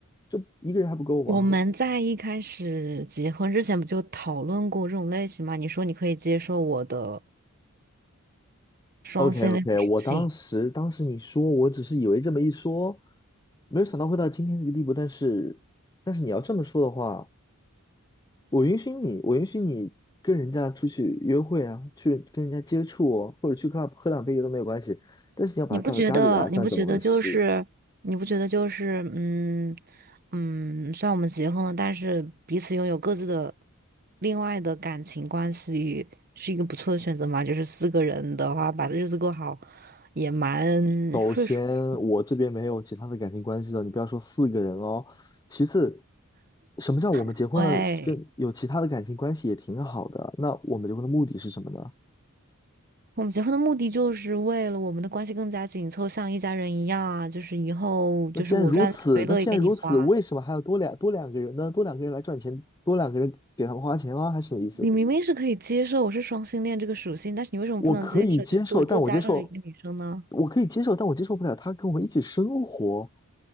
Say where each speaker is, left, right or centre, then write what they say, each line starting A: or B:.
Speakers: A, on the left; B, on the right.
A: 这一个人还不够吗
B: 我们在一开始结婚之前不就讨论过这种类型吗？你说你可以接受我的双性恋的属性。
A: ？OK OK，我当时当时你说，我只是以为这么一说，没有想到会到今天这个地步，但是但是你要这么说的话。我允许你，我允许你跟人家出去约会啊，去跟人家接触哦或者去 club 喝两杯酒都没有关系。但是你要把他带到家里来，
B: 你不觉得？
A: 算怎么回事？
B: 你不觉得就是？你不觉得就是？嗯嗯，虽然我们结婚了，但是彼此拥有各自的另外的感情关系，是一个不错的选择嘛？就是四个人的话，把日子过好也蛮
A: 首先，
B: 会舒服。
A: 我这边没有其他的感情关系了，你不要说四个人哦。其次，什么叫我们结婚了，
B: 对
A: 跟有其他的感情关系也挺好的？那我们结婚的目的是什么呢？
B: 我们结婚的目的就是为了我们的关系更加紧凑，像一家人一样啊！就是以后就是我赚钱我也乐意给你花。
A: 那既然如此，那既然如此，为什么还要多两多两个人呢？多两个人来赚钱，多两个人给他们花钱吗？还是什么意思？
B: 你明明是可以接受我是双性恋这个属性，但是你为什么不能接受？
A: 我可以接受，
B: 就是都做加上一个女生呢？
A: 但我接受，我可以接受，但我接受不了他跟我们一起生活。